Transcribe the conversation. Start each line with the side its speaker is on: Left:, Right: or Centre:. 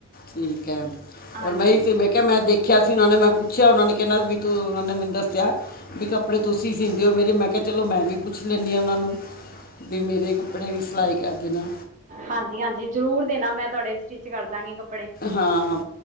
Left: ਠੀਕ ਹੈ
Right: ਹਾਂਜੀ
Left: ਔਰ ਮੈਂ ਇਹੀ
Right: ਹਾਂਜੀ
Left: ਤੇ ਵੇਖਿਆ ਮੈਂ ਦੇਖ ਕਿਹਾ ਸੀ ਉਹਨਾਂ ਨੇ ਮੈਂ ਪੁੱਛਿਆ ਉਹਨਾਂ ਨੇ ਕਹਿੰਦਾ ਵੀ ਤੂੰ ਉਹਨਾਂ ਨੇ ਮੈਨ ਦੱਸਿਆ। ਵੀ ਕੱਪੜੇ ਤੁਸੀਂ ਸੀਂਦੇ ਹੋ ਮੇਰੇ, ਮੈਂ ਕਿਹਾ ਚਲੋ ਮੈਂ ਵੀ ਪੁੱਛ ਲੈਂਣੀ ਹਾਂ ਉਹਨਾਂ ਨੂੰ ਵੀ ਮੇਰੇ ਕੱਪੜੇ ਵੀ ਸਿਲਾਈ ਕਰ ਦੇਣਾ।
Right: ਹਾਂਜੀ-ਹਾਂਜੀ ਜ਼ਰੂਰ ਦੇਣਾ ਮੈਂ ਤੁਹਾਡੇ ਸਟਿੱਚ ਕਰ ਦਾਂਗੀ ਕੱਪ
Left: ਹਾਂ